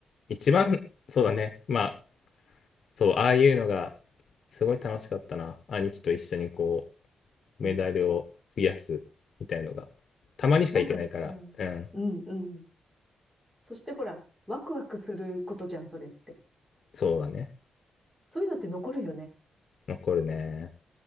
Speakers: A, on the left; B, in the centre.
A: 一番、そうだね。まあ、そう、ああいうのが、すごい楽しかったな。兄貴と一緒にこ
B: うん。
A: う、メダルを増やすみたいのが、たまにしか行けないから、
B: なんか、うん。
A: うん、
B: うん、うん。そしてほら、ワクワクすることじゃん、それって。
A: そうだね。
B: そういうのって残るよね。
A: 残るね。